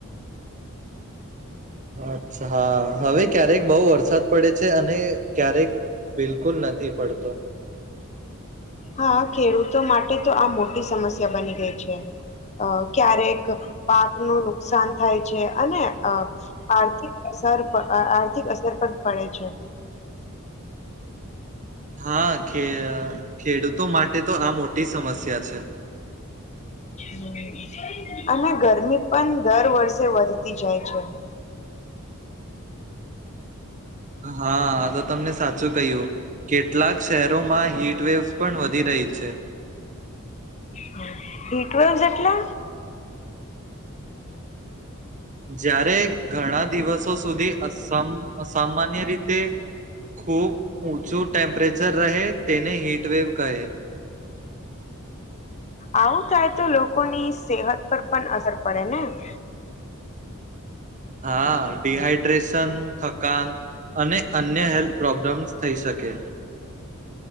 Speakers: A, on the right; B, on the left.
A: હા અચ્છા હા હવે ક્યારેક બઉ વરસાદ પડે છે અને ક્યારેક બિલકુલ નથી પડત. પડતો.
B: હા ખેડૂતો માટે તો આ મોટી સમસ્યા બની ગઈ છે. અ ક્યારેક પાક નો નુકસાન થાય છે અને અ આર્થિક અસર આર્થિક અસર પર પડે છે.
A: હા કે ખેડૂતો માટે તો આ મોટી સમસ્યા છે.
B: હમમ અને ગરમી પણ દર વર્ષે તો વધતી જાય છે.
A: હા તો તમને સાચું કહ્યું કેટલાક શહેરોમાં હીટવેવસ પણ વધી રહી છે.
B: હા હીટવેવસ એટલે
A: જયારે ઘણા દિવસો સુધી અસમ અસામાન્ય રીતે ખૂબ ઊંચું ટેમ્પરેચર રહે. તેને હિટવેવ કહે.
B: આવું થાય તો લોકોની સેહત પર પણ અસર પડે ને. <inaudible>
A: હા ડિહાઈડ્રેશન, થકાન અને અન્ય હેલ્થ પ્રોબ્લેમ્સ થઈ શકે.